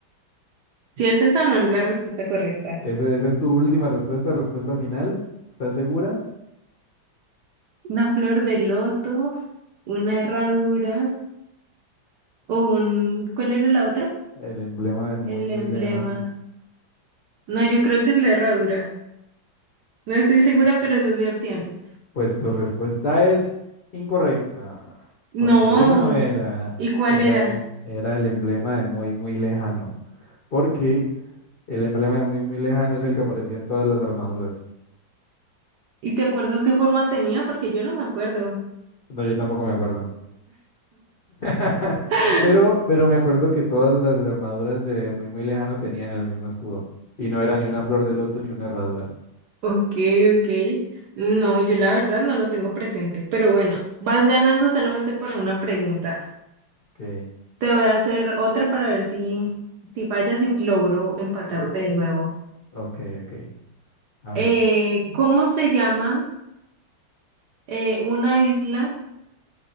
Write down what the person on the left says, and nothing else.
¿Ese, esa es tu última respuesta, respuesta final? ¿Estás segura?
El emblema de muy,
muy
lejano.
Pues tu respuesta es incorrecta,
porque esa no era,
era,
era el emblema de muy, muy lejano, porque el emblema de muy, muy lejano es el que aparecía en todas las armaduras.
No, yo tampoco me acuerdo. <laughs>
Pero, pero me acuerdo que todas las armaduras de muy muy lejano tenían el mismo escudo. Y no era ni una flor de loto ni una herradura.
Ok,
ok, ok. A
ver.